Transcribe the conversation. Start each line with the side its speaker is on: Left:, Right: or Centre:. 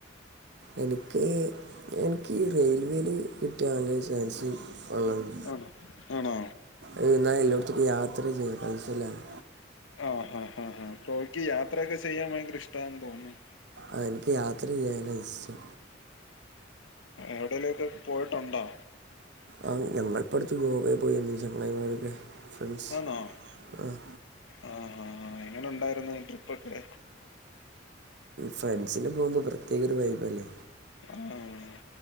Right: എനിക്ക് എനിക്ക് ഈ റെയിൽവേൽ കിട്ടിയ നല്ലൊരു ചാൻസ് ഒള്ളാണ്ട്
Left: ആണോ ആണോ
Right: ഉം എന്നാൽ എല്ലോട്ത്ത്ക്കും യാത്ര ചെയ്യാം പൈസയില്ലാതെ
Left: ആഹാ ഹാ ഹാ ഹാ ബ്രോയിക് യാത്രയൊക്കെ ചെയ്യാൻ വയങ്കര ഇഷ്ടാന്ന് തോന്നുന്നു.
Right: ആഹ് ഇൻക്ക് യാത്ര ചെയ്യാന ഇഷ്
Left: ഏടേലൊക്കെ പോയിട്ടുണ്ടൊ.
Right: ആഹ് ഞങ്ങൾപ്പട്ത്ത് ഗോവെ പോയെന്ന് ചങ്ങായ്മാരൊക്കെ ഫ്രണ്ട്സ്
Left: ആന്നോ
Right: ആഹ്.
Left: ആഹ് ആഹ് ആഹ് എങ്ങനെ ഉണ്ടായിരുന്നു ട്രിപ്പൊക്കെ.
Right: ഫ്രൻസിൻ്റെപ പോക്പോ പ്രത്യേക ഒരു വൈബല്ലേ.
Left: ആഹ്